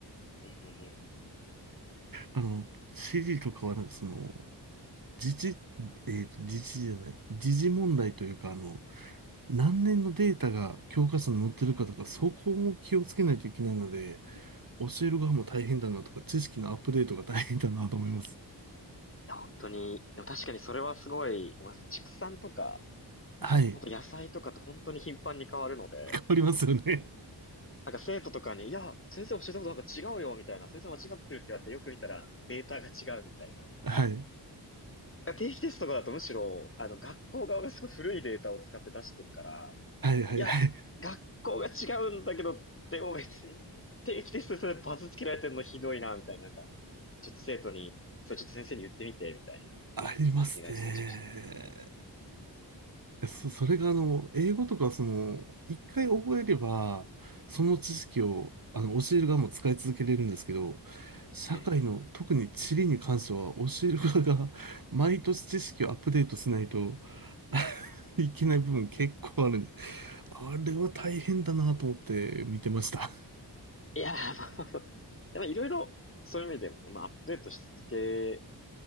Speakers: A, on the left; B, on the right.
A: ええ
B: あの、CD とかはなんかその、自治、えっと、自治じゃない、時事問題というか、あの、何年のデータが教科書に載ってるかとか、そこも気をつけないといけないので、教える側も大変だなとか、知識のアップデートが大変だなと思います。
A: いや、本当に、でも確かにそれはすごい、おます畜産とか、
B: はい。
A: 本当野菜とかって本当に頻繁に変わるので、
B: 変わりますよね。
A: なんか生徒とかに、いや、先生教えたことなんか違うよ、みたいな、先生間違ってるって言われて、よく見たらデータが違うみたいな。
B: はい。
A: あ定期テストとかだとむしろ、あの、学校側がすごい古いデータを使って出してるから、
B: はいはいはい。
A: いや、学校が違うんだけど、でも別に、定期テストでそれバツつけられてるのひどいな、みたいな、なんか、ちょっと生徒に、それちょっと先生に言ってみて、みたいな、
B: ありますね。
A: お願いしたりしまし
B: そ、それがあの、英語とかその、一回覚えれば、その知識を、あの、教える側も使い続けれるんですけど、社会の、
A: た。え
B: 特に地理に関しては、教える側が、<laughs> 毎年知識をアップデートしないと <laughs> いけない部分結構あるんで、あれは大変だなと思って見てました。
A: ーいやー、まあ、<laughs> でもいろいろ、そういう意味でもね、まあ、アップデートし続け